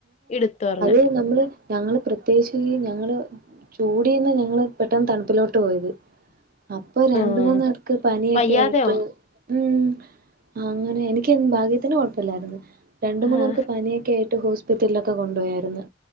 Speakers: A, on the left; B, on the right.
A: ഇടുത്തു പറഞ്
B: പ്പം നമ്മള് ഞങ്ങള് പ്രത്യേകിച്ച് ഞങ്ങള് ചൂടിന്ന് ഞങ്ങള് പെട്ടെന്ന് തണുപ്പിലോട്ട് പോയത് അപ്പൊ രണ്ട്
A: ആഹ്
B: മൂന്ന് പേർക്ക് പനിയൊക്കേയിട്ട്
A: വയ്യാതെയാവും
B: ഉം അങ്ങനെ എനിക്ക് ഭാഗ്യത്തിന് കൊഴപ്പി ല്ലായിര്ന്ന്. രണ്ട്
A: ആഹ്
B: മൂന്ന് പേർക്ക് പനിയൊ ക്കെയിട്ട് ഹോസ്പിറ്റൽലൊക്ക കൊണ്ടു പോയാര്ന്ന്